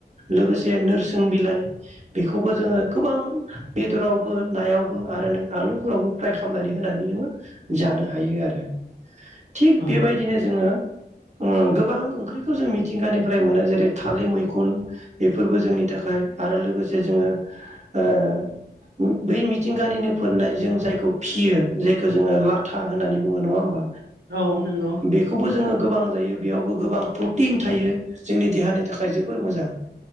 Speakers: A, on the right; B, on the right.
A: लोगोसे नोरसोन बिलाइ बेखौबो जोङो गोबां बेदरावबो नायावबो आरो नों आलुफोरावबो फ्राय खालामनानै होनानै जानो हायो आरो। थिग
B: औ
A: बेबायदिनो जोङो उम गोबां ओंख्रि खौ जों मिथिंगानिफ्राय मोनो जेरै थालिर मैखुन बेफोरबो जोंनि थाखाय आरो लोगोसे जे जोङो ओ बै मिथिंगानिनो फोरनाय जों जायखौ फियो जायखौ जोङो लाथा होननानै बुङो नङा होमबा?
B: औ नंगौ।
A: बेखौबो जोङो गोबां जायो बेयावबो गोबां प्रटिन थायो जोंनि देहानि थाखाय जोबोर मोजां।